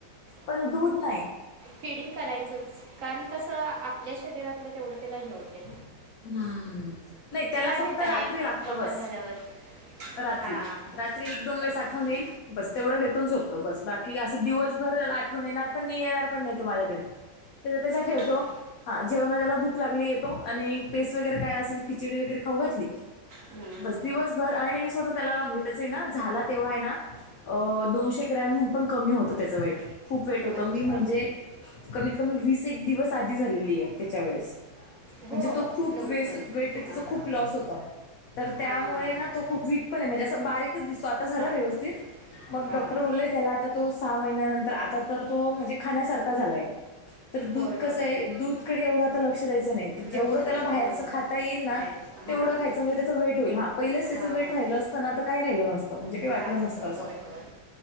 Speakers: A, on the left; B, on the right.
A: पण दूध नाही.
B: फिडिंग करायचच, कारण तसं आपल्या शरीरातलं तेवढं त्याला हे होतय.
A: हम्म नाही त्याला फक्त
B: देता
A: रात्री
B: येत
A: लागत
B: मोठा
A: बस
B: झाल्यावर
A: रात्री,
B: हां
A: रात्री एक दोन वेळेस
B: अच्छा
A: आठवन येईल. बस तेवढं घेतो झोपतो बस बाकी असं दिवसभर आठवून येणार पण नाही येणार पण नाही तो माझ्याकडे. त्या त्याच्या खेळतो,
B: होय
A: हा जेवणा त्याला भूक लागली येतो आणि पेस्ट वगैरे काय असेल खिचडी वगैरे खाऊ घातली,
B: हम्म,
A: बस दिवस भर आणि स्वतः त्याला त्याच आहे ना झाला तेव्हा हाय ना अ दोनशे ग्रॅमहून पण कमी होतं त्याचं वेट, खूप वेट होत
B: अच्छा
A: मी म्हणजे कमीत कमी वीस एक दिवस आधी झालेली ए त्याच्या वेळेस
B: हो.
A: म्हणजे तो खूप
B: लवकर
A: वेस वेट त्याचा
B: हां
A: खूप
B: हां
A: लॉस होत. तर त्यामुळे
B: हां हां
A: ना तो खूप वीक पणए, म्हणजे असं बारीकच दिसतो, आता झाला
B: बारीक
A: व्यवस्थित मग
B: हां
A: डॉक्टर बोलले त्याला आता तो सहा महिन्यानंतर आता, तर तो म्हणजे खाण्यासारखा झालाय तर दूध
B: होय
A: कसं
B: होय
A: हाय? दूधकडे एवढं आता लक्ष द्यायचं नाही तर जेवढ
B: लक्ष नाही
A: बाहेरच
B: होय होय
A: खाता येईल ना,
B: बाहेरचं हां
A: तेवढ खायचं म्हणजे त्याच वेट होईल, हा पहिलच त्याच
B: हां
A: वेट राहिल तेला अस काही राहिलं नसतं, म्हणजे काही वाटलं
B: नाचतं
A: नसतं असं,
B: होय होय